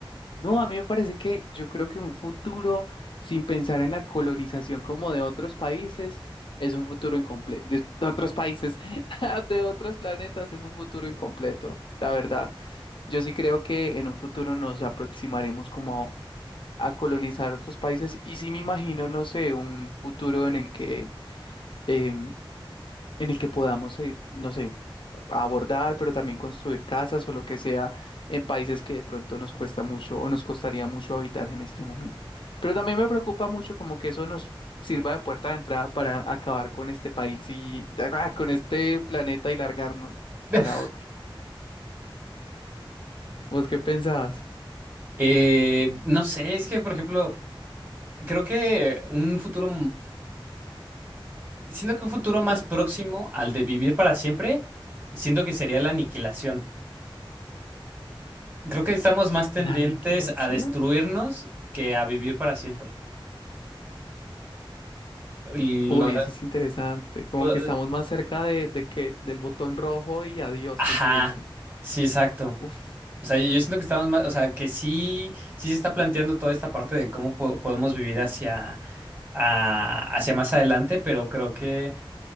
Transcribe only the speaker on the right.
<laughs>
Eh, no sé, es que, por ejemplo, creo que un futuro Siento que un futuro más próximo al de vivir para siempre, siento que sería la aniquilación. Creo que estamos más tendentes
a destruirnos que a vivir para siempre. Lo-
o-
ajá,
sí, exacto.
O sea, yo yo siento que estamos más, o sea, que sí, sí se está planteando toda esta parte de cómo po- podemos vivir hacia, a- hacia más adelante, pero creo que